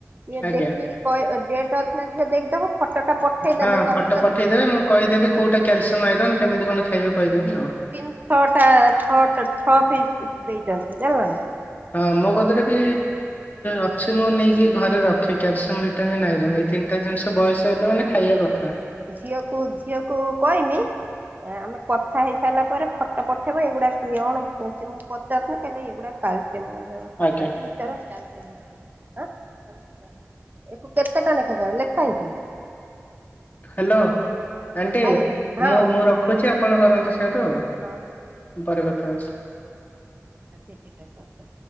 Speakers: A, on the right; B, on the left.
A: ଟିକେ
B: ଆଜ୍ଞା
A: ଦେଖିକି କହିବ ଅଥ ନା ଯେ ଦେଖିଦବ। ଫଟୋଟା ପଠେଇଦେଲେ
B: ହଁ
A: ତମେ
B: ଫଟୋ ପଠେଇଦେବେ ମୁଁ କହିଦେବି କୋଉଟା କ୍ୟାଲସିୟମ ଆଇରନ୍ କେମିତି କଣ ଖାଇବେ କହିଦେବି ଆଉ।
A: ତିନ ଛୋଟା ଛଟ ଛଅ ପିସ୍। ଦେଇଛନ୍ତି ଜାଣିଲ ନା?
B: ହଁ ମୋ କତିରେ ବି ଅଛି ମୁଁ ନେଇକି ଘରେ ରଖେ କ୍ୟାଲସିୟମ ଭି ଏଇଟା ନାଇଁ ଏଇ ତିନିଟା ଜିନିଷ ବୟସ ହେଲେ ମାନେ ଖାଇବା କଥା।
A: ଝିଅକୁ ଝିଅକୁ କହିମି ଆମେ କଥା ହେଇ ସାରିଲା ପରେ ଫଟୋ ପଠେଇବ ଏଇଗୁଡା କଣ ମୁଁ ପଚାରୁଥନ କାେ ଏଗୁଡା <unintelligible>
B: ଆଜ୍ଞା।
A: ଏକୁ କେତେ ଟା ଲେଖା କ ଲେଖା ହେଇଛି?
B: ହାଲୋ ଆଣ୍ଟି
A: ହଁ
B: ମୁଁ ମୁଁ ରଖୁଛି ଆପଣ କରନ୍ତୁ ସେଆଡୁ?
A: ହଁ।
B: ପରେ କଥାହଉଛି।
A: ତିକଟା କଖ